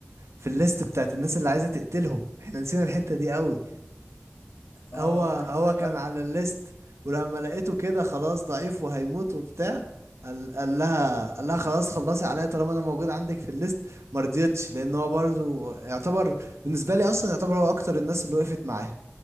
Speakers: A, on the right (about 75°); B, on the left (about 45°).
A: في الليست بتاعت الناس اللي عايزة تقتلهم احنا نسينا الحتة دي قوي
B: اه
A: هو
B: ايوه
A: هو
B: ايوه
A: كان
B: ايوه
A: على الليست ولما لقيته كده خلاص ضعيف وهيموت وبتاع قال قال لها قال لها خلاص خلصي عليا طالما انا موجود عندك في الليست ما رضيتش لان هو برضو يعتبر بالنسبة لي اصلا يعتبر هو اكتر الناس اللي وقفت معاه